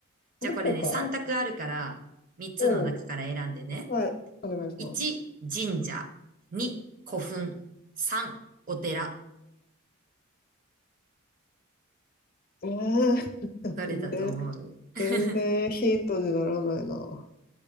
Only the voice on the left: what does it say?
どこから
うん。はい。お願いします。
えー、<laughs>
全然、
全然ヒントにならないな。